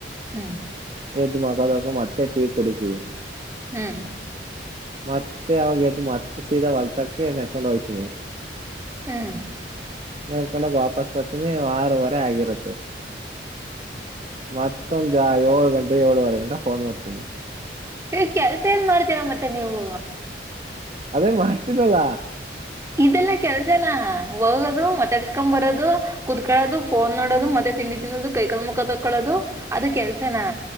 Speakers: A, on the right; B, on the right.
A: ಹ್ಮ
B: ಎದು ಮಾಡಕ್ಕದಕ್ಕ ಮತ್ತೆ ಟೀ ಕುಡತ
A: ಹ್ಮ್
B: ಮತ್ತೆ ಅವಾಗ ಎದ್ದು ಮತ್ತೆ ಸೀದಾ ಹೊಲ್ತಕ್ಕೆ ನೆಡ್ಕೊಂಡ ಹೋಗ್ತೀವಿ
A: ಹ್ಮ
B: ಮೇಲ್ಕೊಂಡೋಗ ವಾಪಸ್ ಬರ್ತೀನಿ ಆರವರೆ ಆಗಿರುತ್ತೆ ಮತ್ತೊಂದು ಏಳು ಗಂಟೆ ಏಳುವರೆ ಗಂಟೆ ಫೋನ್ ನೋಡ್ತೀನಿ
A: ನೀವ್ ಕೆಲ್ಸ ಏನ್ ಮಾಡ್ತೀರಾ ಮತ್ತೆ ನೀವು
B: ಅದೇ ಮಾಡ್ತಿನಲ್ಲ
A: ಇದೆಲ್ಲ ಕೆಲ್ಸನಾ ಹೋಗೋದು ಮಾತಾಡ್ಸ್ಕೊಂಡು ಬರೋದು ಕೂತ್ಕೊಳ್ಳೋದು ಫೋನ್ ನೋಡೋದು ಮತ್ತೆ ತಿಂಡಿ ತಿನ್ನೋದು ಕೈ ಕಾಲು ಮುಖ ತಕ್ಕೊಳೋದು ಅದ ಕೆಲ್ಸನಾ